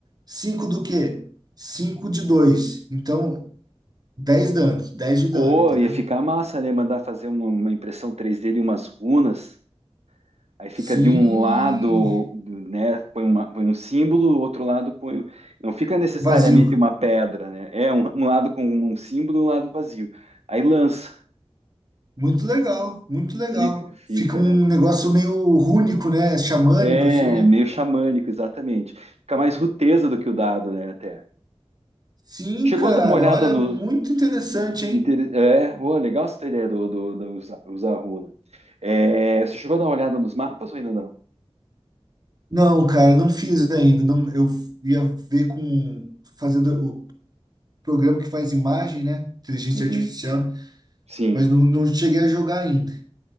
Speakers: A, on the right; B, on the right.
A: Cinco do quê? Cinco de dois. Então, dez danos, dez de dano,
B: Ou
A: entendeu?
B: ia ficar massa, né? Mandar fazer uma, uma impressão 3D de umas runas. Aí fica
A: Sim,
B: de um lado, né? Põe, uma, põe um símbolo, outro lado põe. o- Não fica necessariamente
A: vazio.
B: uma pedra, né? É um, um lado com um um símbolo, um lado vazio. Aí lança.
A: Muito legal, muito legal.
B: Fica, fica,
A: Fica um
B: né?
A: negócio meio rúnico, né? Xamânico,
B: É,
A: assim, né?
B: meio xamânico, exatamente. Fica mais ruteza do que o dado, né? Até.
A: Sim,
B: Chegou
A: cara,
B: a dar uma olhada
A: olha,
B: no,
A: muito interessante, hein?
B: Inter- É, ué, legal essa ideia do, do, do usar, usar runa. É, você chegou a dar uma olhada nos mapas ou ainda não?
A: Não, cara, não fiz ainda. Não, eu ia ver com fazendo o programa que faz imagem, né? Inteligência
B: Uhum.
A: artificial,
B: Sim,
A: mas não, não cheguei a jogar ainda